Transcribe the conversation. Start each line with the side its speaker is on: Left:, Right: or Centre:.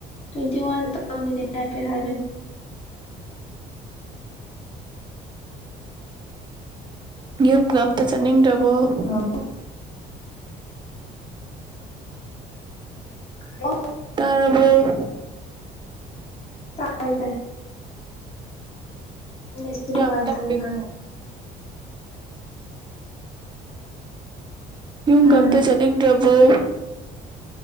Left: ꯇꯣꯏꯟꯇꯤꯋꯥꯟꯗ ꯇꯧꯅꯦꯗꯤ ꯍꯥꯏꯐꯦꯠ ꯗꯥꯏꯕꯅꯤ꯫
Right: ꯌꯨꯝꯒ ꯑꯝꯇ ꯆꯠꯅꯤꯡꯗ꯭ꯔꯕꯣ꯫ ꯕꯣ꯫
Left: ꯍꯜꯂꯣ <unintelligible>
Right: <unintelligible>
Left: ꯇꯥꯏꯌꯦ ꯇꯥꯏ꯫ ꯅꯦꯠꯁꯦ ꯅꯨꯡꯉꯥꯏꯇꯕ
Right: ꯌꯥꯝ ꯇꯞꯄꯦꯀꯣ
Left: ꯃꯥꯜꯂꯦ꯫
Right: ꯌꯨꯝꯒ
Left: ꯎꯝ
Right: ꯑꯝꯇ ꯆꯠꯅꯤꯡꯗ꯭ꯔ ꯉꯦ꯫